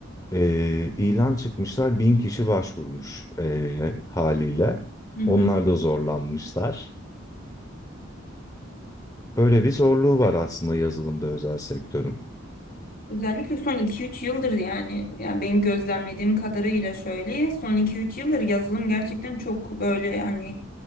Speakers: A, on the left; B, on the left.
A: Ee, ilan çıkmışlar, bin kişi başvurmuş ee, haliyle.
B: Hı hı.
A: Onlar da zorlanmışlar. Böyle bir zorluğu var aslında yazılımda özel sektörün.
B: Özellikle son iki üç yıldır yani yani benim gözlemlediğim kadarıyla şöyle son iki üç yıldır yazılım gerçekten çok böyle hani